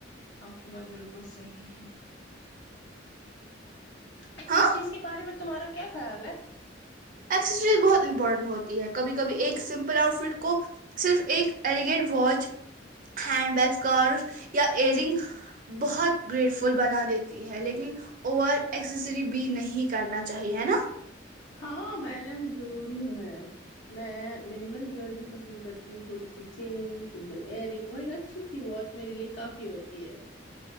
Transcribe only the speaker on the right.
ہاں
ایکسرسائز بہت امپورارٹنٹ ہوتی ہے کبھی کبھی ایک سمپل آؤٹ فٹ کو صرف ایک elegant watch handbag scarf یا ایئر رنگ بہت گریٹ فل بنا دیتی ہے لیکن اور ایکسیسری بھی نہیں کرنا چاہیے ہے نا